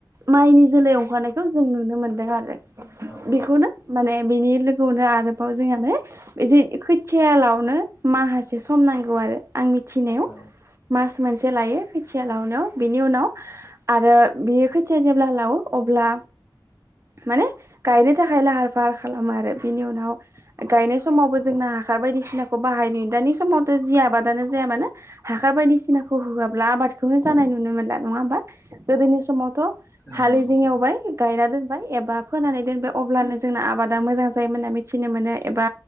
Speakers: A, on the right; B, on the left.
A: माइनि जा सोलाय ओंखारनायखौ जों नुनो मोनदों आरो
B: औ
A: बेखौनो
B: औ
A: माने बिनि लोगोआवनो आरो औ जोंहाबो इसे खैथियाालावनो माहासे सम नांगौ आरो आं मिथिनायाव
B: औ
A: मास मोनसे लायो खोथिया लावनायाव बिनि उनाव आरो बियो खोथिया जेब्ला लावो अब्ला माने गायनो थाखाय लाहार फाहार खालामो आरो बिनि उनाव गायनाय समावबो जोंना ह हासार बायदिसिनाखौ बाहाय नुयो दानि समावथ' जि आबादानो जाया मानो हाखार बायदिसिनाखौ होआब्ला आबाद खौ जानाय नुनो मोनला नङा होमबा गोदोनि समाव थ
B: नंगौ
A: हालि
B: नंगौ
A: जों एवबाय गायना दोनबाय एबा फोनानै दोनबाय अब्लानो जोंना आबादा मोजां जा जायो मोन होनना मिथिनो मोनो एबा